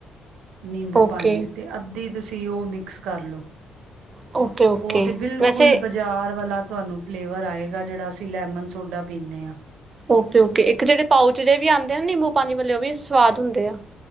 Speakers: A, on the right; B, on the right.
A: ਨੀੰਬੂ
B: ਓਕੇ
A: -ਪਾਣੀ ਤੇ ਅੱਧੀ ਤੁਸੀਂ ਓਹ ਮਿਕਸ ਕਰ ਲਓ।
B: ਓਕੇ ਓਕੇ
A: ਓਹ ਤੇ ਬਿਲਕੁਲ
B: ਵੈਸੇ
A: ਬ ਜਾਰ ਵਾਲਾ ਤੁਹਾਨੂੰ ਫਲੇਵਰ ਆਏਗਾ, ਜਿਹੜਾ ਅਸੀਂ ਲੈਮਨ ਸੋਡਾ ਪੀਂਦੇ ਆ।
B: ਓਕੇ-ਓਕੇ -ਇੱਕ ਜੇਹੜੇ ਪਾਊਚ ਜੇਏ ਵੀ ਆਉਂਦੇ ਨਾ, ਨੀੰਬੂ ਪਾਣੀ ਵਾਲੇ ਓਹ ਵੀ ਸਵਾਦ ਹੁੰਦੇ ਆ।